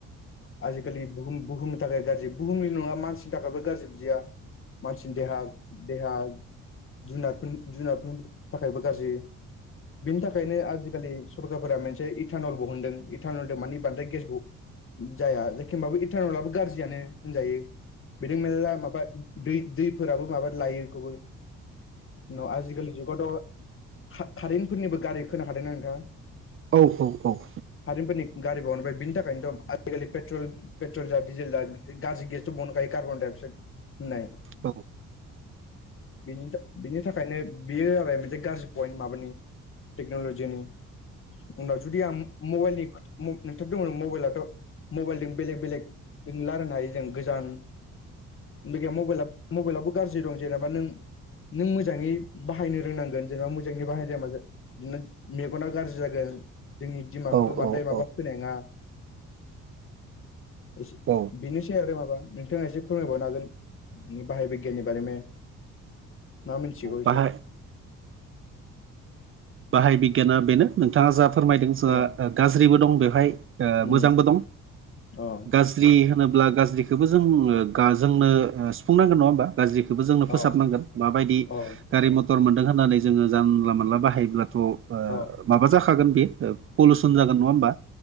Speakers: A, on the left (about 45°); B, on the right (about 45°).
A: आजिखालि बुहुम बुहुमनि थाखाय गाज्रि बुहुमनि नङा मानसिनि थाखायबो गाज्रि बिदिया मानसिनि देहा देहा जुनारफोरनि जुनारफोरनि थाखायबो गाज्रि बिनि थाखायनो आजिखालि सरकारफोरा मोनसे इटानल ब होनुनदों इटानलदों माने बांद्राय गेसबो जाया जखोमबाबो इटारनलाबो गाज्रियानो होनजायो बिदि मेरला माबा दै दैफोराबो माबा लायो बेखौबो न आजिखालि जुग गथ' का-कारेन्फोरनिबो गारि खोनाखादोंनाा नोंथां
B: औ औ औ
A: खारेनफोरनि गारि बावनोबाय बिनि थाखायनोथ' आजिखालिेट्रल पेट्रल जेब्ला गाज्रि गेस बखायो कार्बन डाइ अक्साइड होननाय
B: ओ
A: <inaudible> बिनि थाख बिनि थाखायनो बेयो जाबाय मोनसे गाज्रि पइन्ट माबानि टेक्नलज जुनि उनाव जुदि आं मबाइलनि <unintelligible> मबाइलाथ' मबाइलजों बेलेग बेलेगजों लारायनो हायो जों गोजान <unintelligible> मबाइ मबाइलावबो गाज्रि दं जेनेबा नों नों मोजाङै बाहायनो रोंनांगोन जेनेबा मोजाङै बाहायनो रोङाब्ला नो मेगना गाज्रि जागोन जोंनि दिमाखौ
B: औ
A: बांद्राय
B: औ
A: माबा फैनाय नङा। ओस
B: औ
A: बेनोसै आरो माबा नोंथाङा एसे फोरमायबावनो हागोन बाहाय बिगियाननि बारैनो। मा मिन्थिग' एसे
B: बाहाय बाहाय बिगियाना बेनो नोंथाङा जा फोरमायदों जोंहा
A: अ
B: ओ गाज्रिबो दं बेवहाय ओ
A: उम
B: मोजांबो दं।
A: अ
B: गाज्रि होनोब्ला गाज्रिखोबो जोङो गावजोंनो ओ सुफुंनांगोन नङा होमबा? गाज्रिखौबो जोंनो फोसाबनांगोन
A: अ
B: मा बायदि
A: अ
B: गारि मथर मोनदों होननानै जोङो जानला मोनानला बाहायोब्लाथ'
A: औ
B: माबा जाखागोन बेयो ओ पलुसन जागोन नङा होमबा।